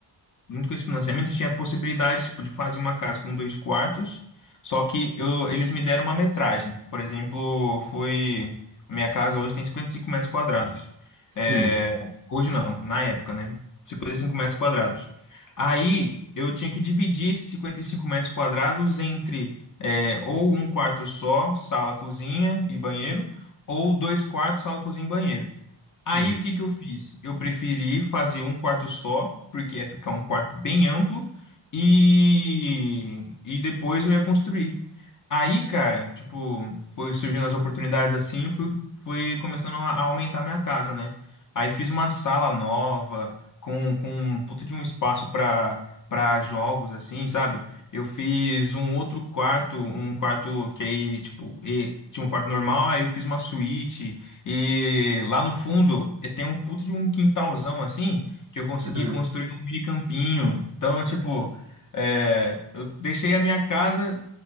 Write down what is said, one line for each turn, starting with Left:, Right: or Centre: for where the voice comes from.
Left: junto com esse financiamento eu tinha a possibilidade, tipo, de fazer uma casa com dois quartos, só que eu, eles me deram uma metragem. Por exemplo, foi, a minha casa hoje tem 55 metros quadrados.
Right: Sim.
Left: É, hoje não, na época, né, 55 metros quadrados. Aí eu tinha que dividir esses 55 metros quadrados entre... é, ou um quarto só, sala, cozinha e banheiro, ou dois quartos, sala, cozinha e banheiro. Aí
Right: Uhum.
Left: o que que eu fiz? Eu preferi fazer um quarto só, porque ia ficar um quarto bem amplo, e, e depois eu ia construir. Aí, cara, tipo, foi surgindo as oportunidades assim, fui, fui começando a a aumentar minha casa, né? Aí fiz uma sala nova, com, com um puta de um espaço pra, pra jogos, assim, sabe? Eu fiz um outro quarto, um quarto que aí, tipo, e- tinha um quarto normal, aí eu fiz uma suíte, e lá no fundo e tem um puta de um quintalzão, assim, que eu consegui
Right: Ah,
Left: construir um mini campinho. Então, tipo. É, eu deixei a minha casa